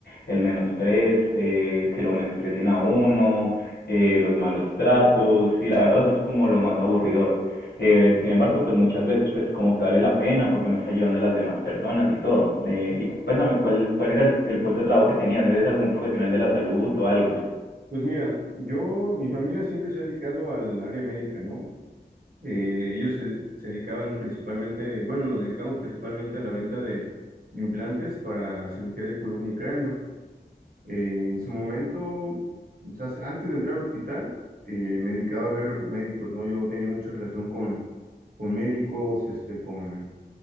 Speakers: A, on the left; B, on the right.
A: el menosprez, eh, que lo menosprecien a uno, eh, los malos tratos, y la verdad eso es como lo más aburridor. Eh, sin embargo, pues muchas veces pues como que vale la pena porque uno está ayudando a las demás personas y todo. Eh, y cuéntame, ¿cuál, cuál era el, el puesto de trabajo que tenías? ¿Eres algún profesional de la salud o algo?
B: Pues mira, yo, mi familia siempre se ha dedicado al área médica, ¿no? Eh, ellos se, se dedicaban principalmente, bueno, nos dedicamos principalmente a la venta de implantes para cirugía de columna y cráneo. Eh, en su momento, o sea, se- antes de entrar al hospital, eh, me dedicaba a ver médicos, ¿no? Yo tenía mucha relación con, con médicos, este, con,